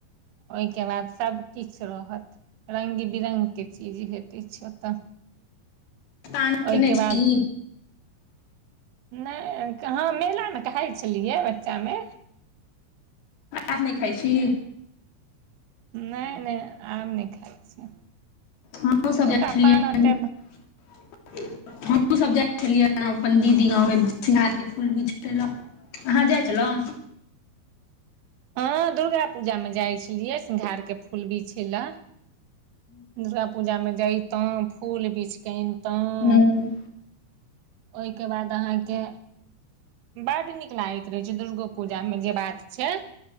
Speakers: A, on the right (about 85°); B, on the left (about 55°).
A: ओहिके बाद सभकिछु रहत रंग बिरंग के चीज भेटै छै ओतऽ
B: पान खेने
A: ओहिके
B: छी
A: बाद नहि हँ मेलामे खाय छलियै बच्चामे
B: आब नहि खाय छी
A: नहि नहि आम नहि खाय छी
B: हमहु सब
A: एतुका
B: जाइ छलियै
A: पान ओते
B: हमहूँ सब जाय छलियै अपन दीदी गाव में सिंघार के फूल बिछेलय अहाँ जाइ छलहुँ
A: हँ दुर्गा पूजामे जाइ छलियै सिंघार के फूल बिछे लय दुर्गा पूजामे जयैतहुँ फूल बिछ कऽ अनतहुँ
B: हुँ
A: ओहि के बाद अहां के बड निक लागे त रहे छै दुर्गो पूजा में जे बात छै